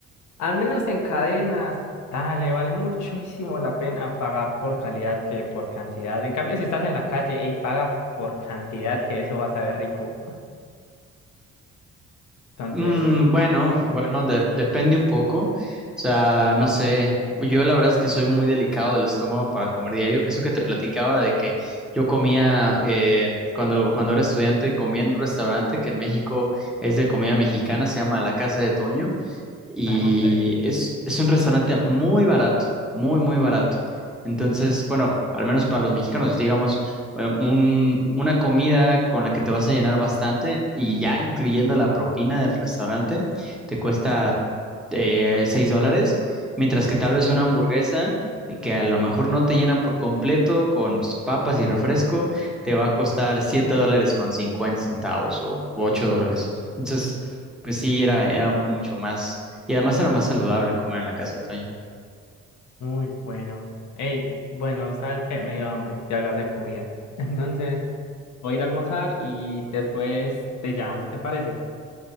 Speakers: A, on the left (about 70°); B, in the centre.
A: al menos en cadenas, dale, vale muchísimo la pena pagar por calidad que por cantidad. En cambio, si estás en la calle, ey, paga por cantidad que eso va a saber rico. Entonces,
B: Mm,
A: mm,
B: bueno,
A: sí, dale.
B: bueno, de- depende un poco. O sea, no sé. Yo la verdad es que soy muy delicado del estómago para comer diario. Eso que te platicaba de que yo comía, eh, cuando, cuando era estudiante, comía en un restaurante que en México es de comida mexicana, se llama La Casa de Toño y
A: Ah, ok.
B: es, es un restaurante muy barato, muy, muy barato. Entonces,
A: Ujú.
B: bueno, al menos para los mexicanos, digamos, eh, un- una comida con la que te vas a llenar bastante y ya incluyendo la propina del restaurante, te cuesta eh, 6 dólares, mientras que tal vez una hamburguesa eh, que a lo mejor no te llena por completo con sus papas y refresco, te va a costar 7 dólares con 50 centavos o u 8 dólares. Entonces, pues sí, era, era mucho más y además era más saludable comer en la casa de Toño.
A: Muy bueno. Hey, bueno, ¿sabes qué? Me dio hambre de hablar de comida. <laughs> Entonces, voy a ir a almorzar y después te llamo, ¿te parece?